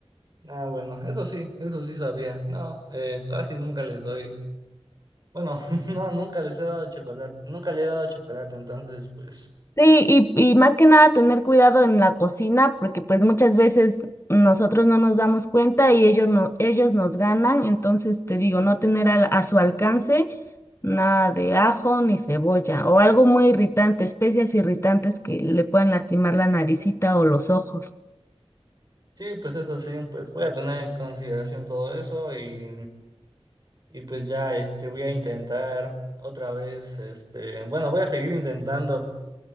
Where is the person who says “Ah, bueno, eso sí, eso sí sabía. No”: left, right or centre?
Right